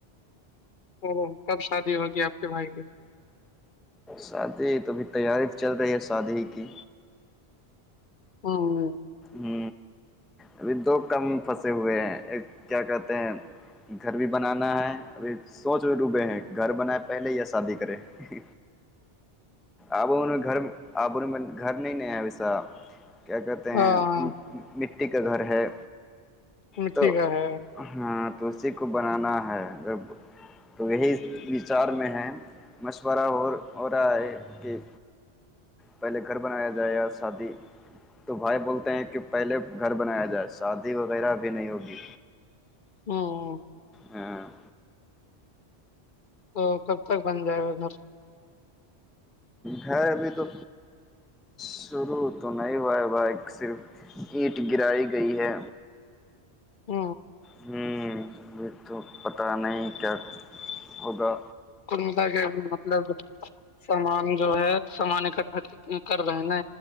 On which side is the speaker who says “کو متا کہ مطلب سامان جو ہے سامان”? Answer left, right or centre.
Left